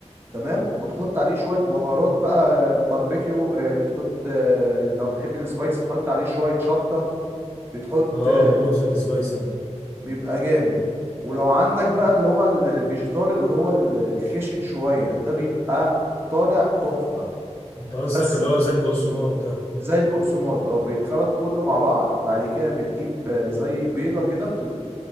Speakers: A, on the right; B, on the left.
A: تمام وتحط عليه شويه بهارات بقى باربيكيو آه، بتحط آه، لو بتحب السبايس تحط عليه شويه شطه بتحط
B: آه
A: آه،
B: بموت في السبايس أنا
A: بيبقى جامد ولو عندك بقى اللي هو ال- الفيجيتار اللي هو ال- الخشن شويه ده بيبقى طالع تحفه
B: أنت قصدك
A: بس
B: اللي هو زي البقسماط ده
A: زي البقسماط اه بيتخلط كله مع بعض بعد كده بتجيب آه، زي بيضة كده بت...